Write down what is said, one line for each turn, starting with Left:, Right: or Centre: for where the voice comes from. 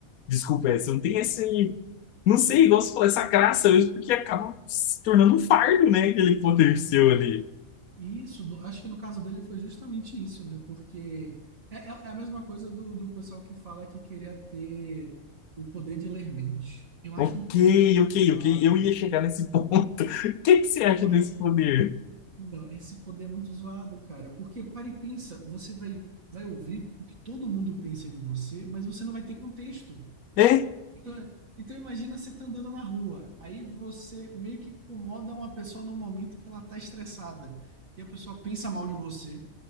Left: Desculpa, é, você não tem esse. Não sei, igual você falou, essa graça mesmo, porque acaba se tornando um fardo, né? Aquele poder seu ali.
Right: E isso, no- acho que no caso dele foi justamente isso, né? Porque é, é é a mesma coisa do, do pessoal que fala que queria ter o poder de ler mente. Eu acho
Left: Ok,
Right: um poder muito
Left: ok,
Right: zoado.
Left: ok. Eu ia chegar nesse ponto. <laughs> O que que você
Right: Eu
Left: acha
Right: acho.
Left: desse poder?
Right: Não, esse poder é muito zoado, cara. Porque para e pensa, você vai, vai ouvir o que todo mundo pensa de você, mas você não vai ter contexto.
Left: É,
Right: Então, então imagina você tá andando na rua, aí você meio que incomoda uma pessoa no momento que ela tá estressada e a pessoa pensa mal de você.